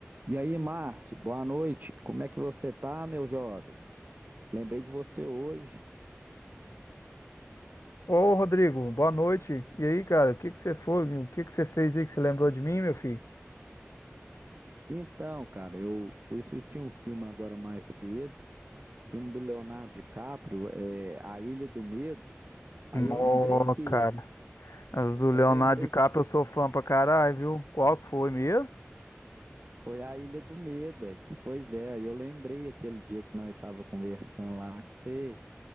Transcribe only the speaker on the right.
E aí, Márcio, boa noite. Como é que você tá, meu jovem? Lembrei de você hoje.
Então, cara, eu fui assistir um filme agora mais cedo, filme do Leonardo DiCaprio, é, A Ilha do Medo. Aí eu
lembrei que,
eu lembrei
que
foi A Ilha do Medo. aí. Pois é, aí eu lembrei aquele dia que nós tava conversando lá, que você,